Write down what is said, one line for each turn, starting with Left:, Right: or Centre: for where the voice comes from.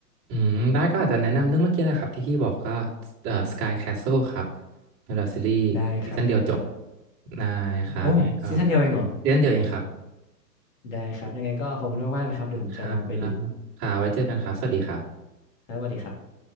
Right: อืมได้ก็อาจจะแนะนำเรื่องเมื่อกี้นะครับที่พี่บอกก็เอ่อ Sky Castle ครับเป็นแบบซีรีส์ซีซั่นเดียวจบ
Left: ได้ครับได้ครับ
Right: ได้ครับยังไงก็
Left: โอ้ซีซั่นเดียวเองเหรอ
Right: ซีซั่นเดียวเองครับ
Left: ได้ครับยังไงก็ขอบคุณมากๆนะครับเดี๋ยวผมจะลองไปดู
Right: ครับค่ะไว้เจอกันครับสวัสดีครับ
Left: ครับสวัสดีครับ